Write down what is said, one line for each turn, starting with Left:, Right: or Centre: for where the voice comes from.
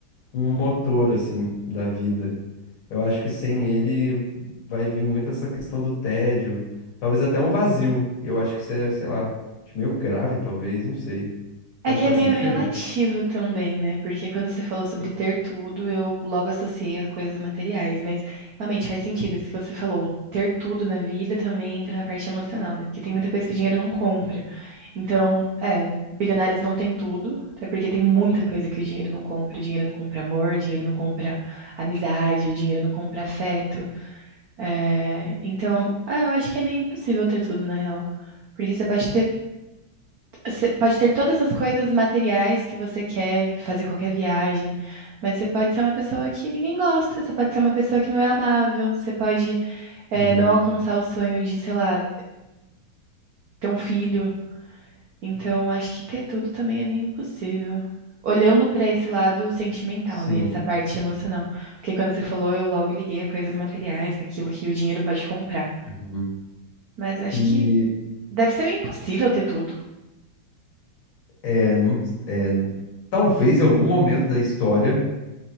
Left: um motor, assim, da vida. Eu acho que sem ele vai vir muito essa questão do tédio, talvez até um vazio. Eu acho que isso é, sei lá, acho meio grave, talvez, não sei. Tu
Right: É
Left: acha
Right: que
Left: que
Right: é
Left: faz
Right: meio
Left: sentido?
Right: relativo também, né? Porque quando você falou sobre ter tudo, eu logo associei as coisas materiais. Mas realmente faz sentido isso que você falou. Ter tudo na vida também entra na parte emocional, né? Porque tem muita coisa que dinheiro não compra. Então, é, bilionários não têm tudo, até porque tem muita coisa que o dinheiro não compra. O dinheiro não compra amor, o dinheiro não compra amizade, o dinheiro não compra afeto. É, então, ah, eu acho que é meio impossível ter tudo, na real. Porque você pode ter você pode ter todas as coisas materiais que você quer, fazer qualquer viagem, mas você pode ser uma pessoa que ninguém gosta, você pode ser uma pessoa que não é amável, você pode, eh,
Left: Uhum.
Right: não alcançar o sonho de, sei lá, ter um filho. Então, acho que ter tudo também é meio impossível. Olhando pra esse lado sentimental,
Left: Sim.
Right: né? Essa parte emocional. Porque quando você falou, eu logo liguei a coisas materiais, daquilo que o dinheiro pode comprar.
Left: Uhum.
Right: Mas acho
Left: E
Right: que deve ser meio impossível ter tudo.
Left: é, não- é, talvez em algum momento da história.